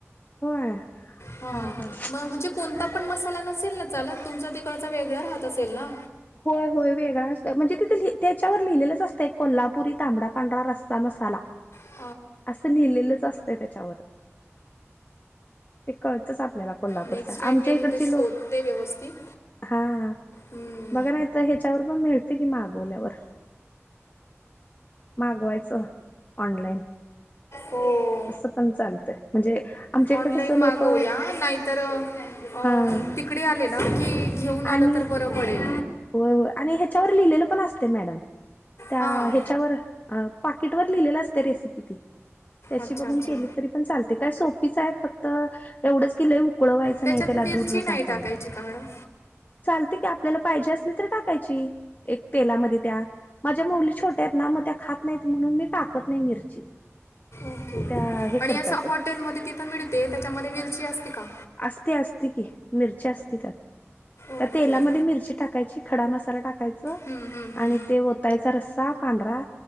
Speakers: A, on the left (about 35°); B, on the left (about 65°).
A: होय हा
B: हां
A: हा
B: मग म्हणजे कोणता पण मसाला नसेल ना चालत तुमचा तिकडचा वेगळा राहत असेल ना
A: होय होय वेगळा असत म्हणजे तिथं त्याच्यावर लिहिलेलंच असतं एक कोल्हापुरी तांबडा पांढरा रस्सा मसाला
B: हा
A: असं लिहिलेलंच असतंय त्याच्यावर ते कळतच आपल्याला कोल्हापूरच
B: नेक्स्ट
A: आहे.
B: टाइम
A: आमच्या
B: गेली
A: इकडची
B: तर शोधते
A: लोक
B: व्यवस्थित
A: हा
B: हम्
A: बघा नाही तर ह्याच्यावर पण मिळते की मागवल्यावर मागवायचं ऑनलाईन
B: होम
A: तसं पण चालतय म्हणजे आमच्या इकडे
B: ऑनलाईन
A: कसं
B: मागवया
A: लोक
B: नाहीतर त
A: हा
B: तकडे आले ना की घेऊन
A: आणि
B: आलं तर बरं पडेल
A: होय हो आणि ह्याच्यावर लिहिलेलं पण असते मॅडम त्या
B: हां
A: ह्याच्यावर अ पाकिट वर लिहिलेलं असते रेसिपी ती त्याची
B: अच्छा
A: बघून
B: अच्छा
A: केली तरी पण चालते काय सोप ि आहे फक्त एवढंच कि लय उकळवायचं
B: त्याच्यात
A: नाही त्याला
B: मिरची
A: दूध व
B: नाही
A: घातल्यावर
B: टाकायची का मॅडम
A: चालते की आपल्याला पाहिजे असली तर टाकायची एक तेलामध्ये त्या माझ्या मुौली छोट्या आहेत ना मग त्या खात नाहीत म्हणून मी टाकत नाही मिरची
B: ओके
A: त्या हे
B: आणि
A: करतात
B: असं हॉटेलमध्ये तिथं मिळते त्याच्यामध्ये मिरची असते का
A: असते असते की मिरची असते त्यात त्या
B: ओके
A: तेलामध्ये मिरची टाक टाकायची खडा मसाला टाकायचा
B: हम्म, हम्म, हम्म.
A: आणि ते ओतायचा रस्सा पांढरा